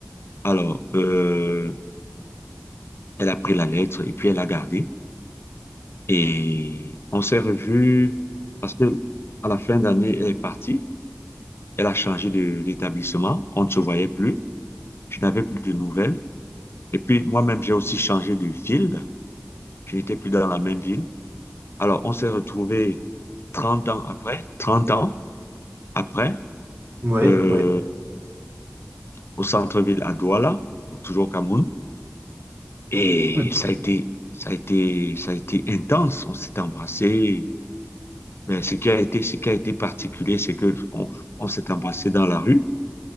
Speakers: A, on the left (about 55°); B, on the right (about 50°).
A: alors, euh, elle a pris la lettre et puis elle a gardé. Et on s'est revus parce que à la fin d'année, elle est partie. Elle a changé de- d'établissement. On ne se voyait plus. Je n'avais plus de nouvelles. Et puis moi-même, j'ai aussi changé de ville. Je n'étais plus dans la même ville. Alors, on s'est retrouvés 30 ans après, 30 ans après.
B: oui,
A: Euh,
B: oui.
A: au centre-ville à Douala, toujours au Cameroun. Et
B: Hum,
A: ça a été, ça a été, ça a été intense. On s'est embrassé. Mais ce qui a été, ce qui a été particulier, c'est que on, on s'est embrassé dans la rue.